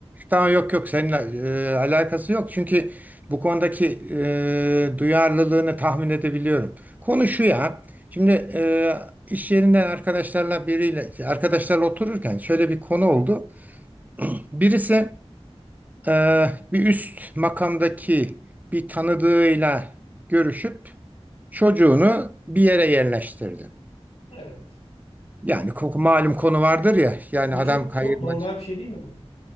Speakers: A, on the right (about 15°); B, on the left (about 85°).
A: tamam yok yok seninle e, alakası yok. Çünkü bu konudaki e, duyarlılığını tahmin edebiliyorum. Konu şu ya. Şimdi e, iş yerinden arkadaşlarla biriyle arkadaşlarla otururken şöyle bir konu oldu. Birisi e, bir üst makamdaki bir tanıdığıyla görüşüp çocuğunu bir yere yerleştirdi.
B: Evet.
A: Yani koku- malum konu vardır ya yani
B: Bu
A: adam
B: çok
A: kayırmacı
B: çok normal bir şey değil mi bu?